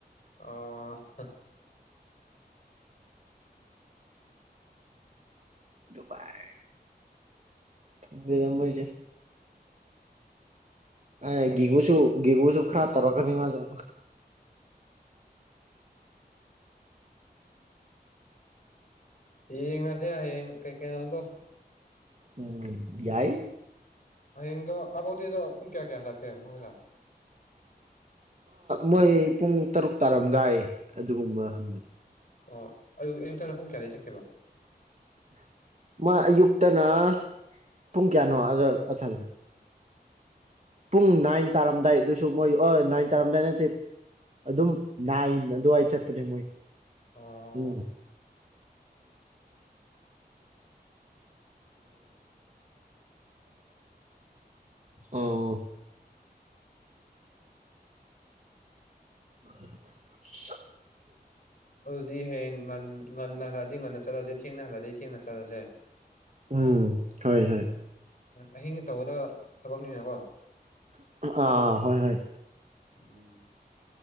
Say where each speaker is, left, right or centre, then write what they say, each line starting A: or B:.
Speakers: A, on the left; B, on the right.
A: ꯑ‌ꯣ ꯍꯥ
B: ꯗꯨꯕꯥꯏ ꯈꯪꯗꯦꯗ ꯃꯣꯏꯁ‌ꯦ ꯑꯦ ꯒꯤꯒꯨꯁꯨ ꯒꯤꯒꯨꯁꯨ ꯈꯔ ꯇꯔꯛꯀꯅꯤ ꯃꯥꯖꯨ
A: ꯌꯦꯉꯁꯦ ꯍꯌꯦ ꯀꯩ ꯀꯩꯩꯅꯣꯗꯣ
B: ꯎꯝ ꯌꯥꯏ
A: ꯍꯡꯗꯣ ꯑꯕꯥꯎꯗꯤꯗꯣ ꯄꯨꯡ ꯀꯌꯥ ꯀꯌꯥ ꯍꯏꯂꯥꯛꯀꯦ ꯃꯁ
B: ꯃꯣꯏ ꯄꯨꯡ ꯇꯔꯨꯛ ꯇꯥꯔꯝꯗꯥꯏ ꯑꯗꯨꯒꯨꯝꯕ ꯍꯪꯕꯅꯤ
A: ꯑꯣ ꯑꯌ ꯑꯌꯨꯛꯇꯪꯅ ꯄꯨꯡ ꯀꯌꯥꯗꯩ ꯆꯠꯈꯤ ꯈꯤꯕꯥ
B: ꯃꯥ ꯑꯌꯨꯛꯇꯅ ꯄꯨꯡ ꯀꯌꯥꯅꯣ ꯑꯁ ꯄꯨꯡ ꯅꯥꯏꯟ ꯇꯥꯔꯝꯗꯥꯏꯗꯨꯁꯨ ꯃꯣꯏ ꯑꯣ ꯅꯥꯏꯟ ꯇꯥꯔꯝꯗꯥꯏ ꯅꯠꯇꯦ ꯑꯗꯨꯝ ꯅꯥꯏꯟ ꯑꯗꯨꯋꯥꯏꯗ ꯆꯠꯄꯅꯦ ꯃꯣꯏ
A: ꯑꯣ
B: ꯎꯝ ꯎꯝ <unintelligible> <unintelligible>
A: ꯑꯗꯨꯗꯤ ꯍꯌꯦꯡ ꯉ ꯉꯟꯅ ꯍꯜꯂꯗꯤ ꯉꯟꯅ ꯆꯠꯂꯁꯦ ꯊꯦꯡꯅꯍꯜꯂꯗꯤ ꯊꯦꯡꯅ ꯆꯠꯂꯁꯦ
B: ꯎꯝ ꯍ‌ꯣꯏ ꯍꯣꯏ
A: ꯑꯍꯤꯡꯅ ꯇꯧꯒꯗꯕ ꯊꯕꯛꯅꯤꯅꯀꯣ
B: ꯑꯥ ꯍꯣꯏ ꯍꯣꯏ
A: ꯎꯝ꯫